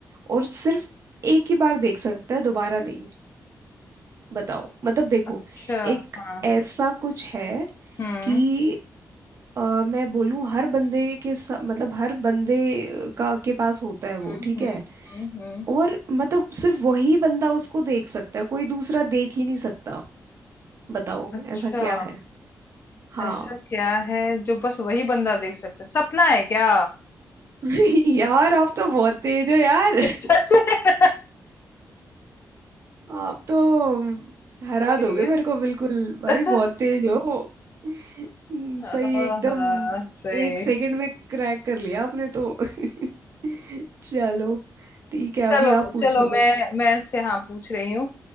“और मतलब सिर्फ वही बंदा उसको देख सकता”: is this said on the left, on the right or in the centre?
Right